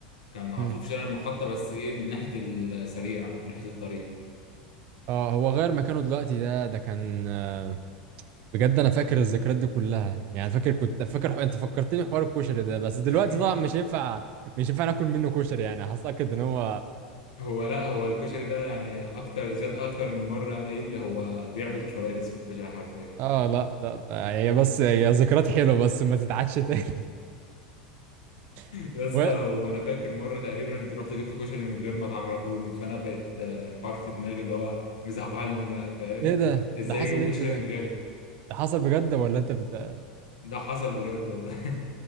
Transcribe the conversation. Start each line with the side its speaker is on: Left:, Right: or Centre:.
Left: كان على
Right: مم.
Left: طول في شارع المحطة بس إيه من ناحية السريع أو من ناحية الطريق
Right: آه، هو غير مكانه دلوقتي ده ده كان آه، بجد انا فاكر الذكريات دي كلها يعني فاكر كنت فاكر حو... انت فكرتني حوار الكشري ده بس دلوقتي
Left: <laughs>
Right: طبعا مش ينفع مش ينفع ناكل منه كشري يعني هتأكد ان هو
Left: هو لا هو الكشري ده يعني أكتر زاد أكتر من مرة قام قايل لي هو بيعمل كوارث في الكشري حرفيا
Right: اه لا لا هي بس هي ذكريات حلوه بس ما تتعادش تاني <laughs>
Left: يا اسطى
Right: و-
Left: وانا فاكر مره تقريبا انت رحت جبت كشري من غير ما تعرفوني فانا بقيت آه، الحوار في دماغي اللي هو مزعلني بقى فاهم
Right: ايه ده
Left: ازاي
Right: ده حصل
Left: يجيبوا
Right: امتى
Left: كشري
Right: ده
Left: من غيري
Right: ده حصل بجد ولا انت بت... انا
Left: ده حصل بجد والله